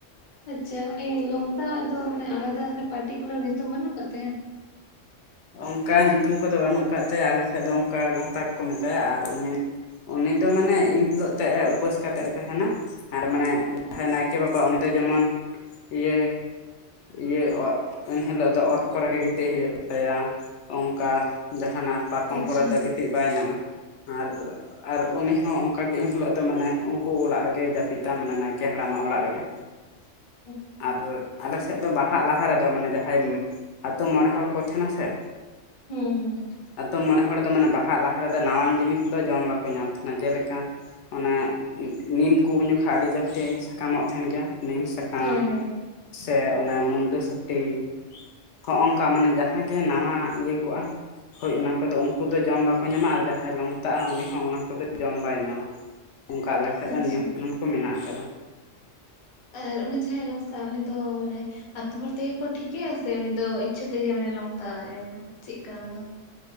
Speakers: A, on the left; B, on the left.
A: ᱟᱪᱪᱷᱟ, ᱩᱱᱤ ᱞᱚᱝᱛᱟᱣᱟᱜ ᱫᱚ ᱢᱟᱱᱮ ᱟᱞᱟᱫᱟ ᱢᱤᱫᱴᱟᱝ ᱯᱟᱨᱴᱤᱠᱩᱞᱟᱨ ᱧᱩᱛᱩᱢ ᱵᱟᱹᱱᱩᱜ ᱠᱟᱫ ᱛᱟᱭᱟ?
B: ᱚᱱᱠᱟ ᱧᱩᱛᱩᱢ ᱠᱚᱫᱚ ᱵᱟᱱᱩᱜ ᱠᱟᱫ ᱛᱟᱭᱟ ᱟᱞᱮᱥᱮᱫ ᱫᱚ ᱚᱱᱠᱟ ᱞᱚᱝᱛᱟ ᱜᱮᱠᱚ ᱢᱮᱛᱟᱭᱟ ᱟᱨ ᱩᱱᱤ ᱩᱱᱤ ᱫᱚ ᱢᱟᱱᱮ ᱮᱱ ᱦᱤᱞᱳᱜ ᱛᱮᱜ-ᱮ ᱩᱯᱟᱹᱥ ᱠᱟᱛᱮᱜ ᱮ ᱛᱟᱦᱮᱱᱟ᱾ ᱟᱨ ᱢᱟᱱᱮ ᱡᱟᱦᱟᱸᱭ ᱱᱟᱭᱠᱮ ᱵᱟᱵᱟ ᱩᱱᱤ ᱫᱚ ᱡᱮᱢᱚᱱ ᱤᱭᱟᱹ ᱤᱭᱟᱹ ᱚ ᱮᱱᱦᱤᱞᱳᱜ ᱫᱚ ᱚᱛ ᱠᱚᱨᱮ ᱜᱮ ᱜᱤᱛᱤᱡ ᱦᱳᱭᱳᱜ ᱛᱟᱭᱟ ᱚᱝᱠᱟ ᱡᱟᱦᱟᱱᱟᱜ ᱯᱟᱨᱠᱚᱢ
A: ᱟᱪᱪᱷᱟ
B: ᱠᱚᱨᱮ ᱫᱚ ᱜᱤᱛᱤᱡ ᱵᱟᱭ ᱧᱟᱢᱟ, ᱟᱨ ᱟᱨ ᱩᱱᱤ ᱦᱚᱸ ᱚᱱᱠᱟᱜᱮ ᱮᱱᱦᱤᱞᱳᱜ ᱫᱚ ᱢᱟᱱᱮ ᱩᱱᱠᱩ ᱚᱲᱟᱜ ᱨᱮᱜᱮᱭ ᱡᱟᱹᱯᱤᱫᱟ ᱢᱟᱱᱮ ᱱᱟᱭᱠᱮ ᱦᱟᱲᱟᱢᱟᱜ ᱚᱲᱟᱜ ᱨᱮᱜᱮ᱾
A: <inaudible>
B: ᱟᱨ ᱟᱞᱮ ᱥᱮᱫ ᱫᱚ ᱵᱟᱦᱟᱜ ᱞᱟᱦᱟ ᱨᱮᱫᱚ ᱢᱟᱱᱮ ᱡᱟᱦᱟᱸᱭ ᱟᱛᱳ ᱢᱚᱬᱮ ᱦᱚᱲ ᱠᱚ ᱛᱟᱦᱮᱱᱟ ᱥᱮ᱾
A: ᱦᱩᱸ ᱦᱩᱸ᱾
B: ᱟᱛᱳ ᱢᱚᱬᱮ ᱦᱚᱲ ᱫᱚ ᱢᱟᱱᱮ ᱵᱟᱦᱟᱜ ᱞᱟᱦᱟ ᱨᱮᱫᱚ ᱱᱟᱣᱟᱱ ᱡᱤᱱᱤᱥ ᱫᱚ ᱡᱚᱢ ᱵᱟᱠᱚ ᱧᱟᱢ ᱛᱟᱦᱮᱱᱟ ᱾ ᱡᱮᱞᱮᱠᱟ ᱚᱱᱮ ᱱᱤᱢ ᱠᱩ ᱩᱱ ᱡᱚᱠᱷᱟᱡ ᱟᱹᱰᱤ ᱡᱟᱹᱥᱛᱤ ᱥᱟᱠᱟᱢᱚᱜ ᱛᱟᱦᱮᱱ ᱜᱮᱭᱟ ᱾ ᱱᱤᱢ ᱥᱟᱠᱟᱢ
A: ᱦᱳᱭ ᱦᱳᱭ
B: ᱥᱮ ᱚᱱᱟ ᱢᱩᱱᱜᱟᱹ ᱥᱩᱴᱤ <inaudible> ᱦᱚᱸᱜᱝᱠᱟ ᱢᱟᱱᱮ ᱡᱟ ᱦᱟᱸ ᱜᱮ ᱱᱟᱣᱟ ᱤᱭᱟᱹ ᱠᱚᱜ-ᱟ ᱦᱳᱭ, ᱚᱱᱟ ᱠᱚᱫᱚ ᱩᱱᱠᱩ ᱫᱚ ᱡᱚᱢ ᱵᱟᱠᱚ ᱧᱟᱢᱟ ᱟᱨ ᱡᱟᱦᱟᱸᱭ ᱞᱚᱝᱛᱟᱜ-ᱟ ᱩᱱᱤ ᱦᱚᱸ ᱚᱱᱟ ᱠᱚᱫᱚ ᱡᱚᱢ ᱵᱟᱭ ᱧᱟᱢᱟ᱾ ᱚᱱᱠᱟ ᱟᱞᱮ ᱥᱮᱫ
A: ᱟᱪᱪᱷᱟ
B: ᱫᱚ ᱱᱤᱭᱚᱢ ᱠᱟᱱᱩᱱ ᱠᱚ ᱢᱮᱱᱟᱜ ᱟᱠᱟᱫᱟ᱾
A: ᱟᱨ ᱩᱱᱤ ᱡᱟᱦᱟᱸᱭ ᱞᱚᱝᱛᱟᱜ-ᱟ ᱩᱱᱤ ᱫᱚ ᱢᱟᱱᱮ ᱟᱹᱛᱩ ᱦᱚᱲ ᱛᱮᱜᱮ ᱠᱚ ᱴᱷᱤᱠᱮᱭᱟ ᱥᱮ ᱩᱱᱤ ᱫᱚ ᱤᱪᱪᱷᱟᱹ ᱛᱮᱜᱮ ᱢᱟᱱᱮ ᱞᱚᱝᱛᱟᱜ-ᱟᱭ, ᱪᱮᱫ ᱠᱟ ᱚᱱᱟ ᱫᱚ?